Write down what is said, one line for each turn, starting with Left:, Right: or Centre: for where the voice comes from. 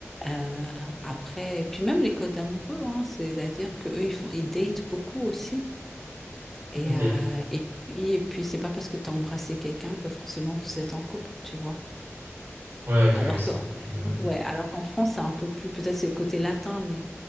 Centre: Euh, après, et puis même les codes amoureux, hein, c'est-à-dire qu'eux, ils font, ils datent beaucoup aussi. Et,
Right: Ok.
Centre: euh, et puis, et puis c'est pas parce que tu as embrassé quelqu'un que forcément vous êtes en couple, tu vois.
Right: Ouais,
Centre: Alors
Right: ok, oui, c'est
Centre: que,
Right: un peu plus. euh,
Centre: ouais, alors qu'en France, c'est un peu plus, peut-être c'est le côté latin, mais